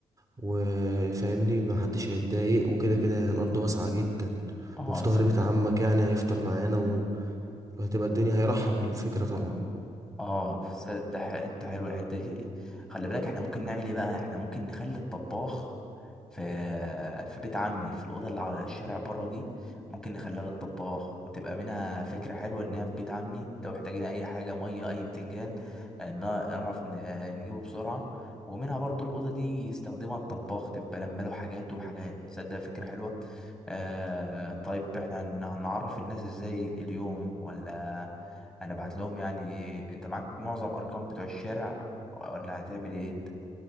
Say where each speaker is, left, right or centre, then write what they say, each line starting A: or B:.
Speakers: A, on the right (about 25°); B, in the centre.
A: وفاهمني محدش هيتضايق وكده كده الارض واسعه جدا
B: اه
A: وفي ظهر
B: تصدق
A: بيت عمك يعني هيفطر معانا و... وهتبقى الدنيا هيرحب بالفكره طبعا
B: اه ف- ده ح- حته حلوه الحته دي خلي بالك احنا ممكن نعمل ايه بقى احنا ممكن نخلي الطباخ في في بيت عمي في الاوضه اللي على الشارع بره دي ممكن نخليها للطباخ وتبقى منها فكره حلوه انها في بيت عمي لو احتاجنا اي حاجه ميه اي بتنجان ان نعرف ن- نجيبه بسرعه ومنها برضو الاوضه دي يستخدمها الطباخ تبقى لما له حاجات وحاجات تصدق فكره حلوه آه طيب احنا هن- هنعرف الناس ازاي اليوم ولا انا بعت لهم يعني انت معاك معظم ارقام بتوع الشارع ولا هتعمل ايه انت